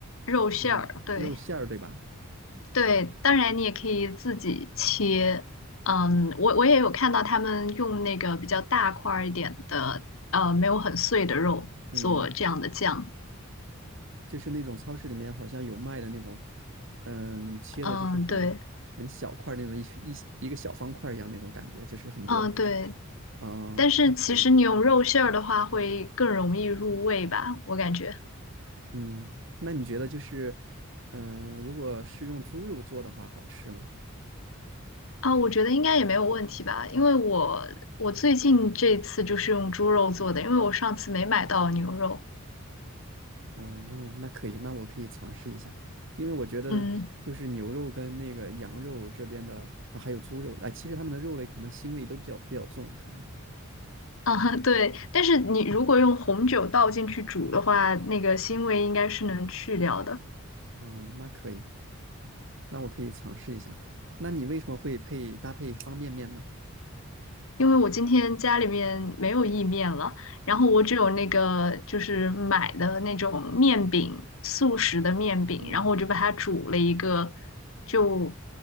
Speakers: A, on the left; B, on the right.
A: 肉馅儿，
B: 嗯，
A: 对
B: 肉馅儿对吧？
A: 对，当然你也可以自己切。嗯，我我也有看到他们用那个比较大块儿一点的，呃，没有很碎的肉做这样的酱。
B: 嗯，就是那种超市里面好像有卖的那种，嗯，切的就是很很小块儿那种一一一个小方块儿一样那种感觉，
A: 嗯，对，
B: 就是很多，
A: 嗯对，
B: 是吧？啊，
A: 但是其实你用肉馅儿的话，
B: 那可以，
A: 会更容易入味吧，我感觉。
B: 嗯，那你觉得就是，嗯，如果是用猪肉做的话，好吃吗？
A: 啊，我觉得应该也没有问题吧，因为我我最近这次就是用猪肉做的，因为我上次没买到牛肉。
B: 哦，那可以，那我可以尝试一下，因为我觉得就是牛肉跟那个羊肉这边的，
A: 嗯。
B: 啊，还有猪肉，哎，其实它们的肉类可能腥味都比较比较重，可能，
A: 啊，<laughs> 对，但是你如果用红酒倒进去煮的话，那个腥味应该是能去掉的。
B: 嗯，那可以，那我可以尝试一下。那你为什么会配搭配方便面呢？
A: 因为我今天家里面没有意面了，然后我只有那个就是买的那种面饼，速食的面饼，
B: 嗯，
A: 然后我就把它煮了一个，就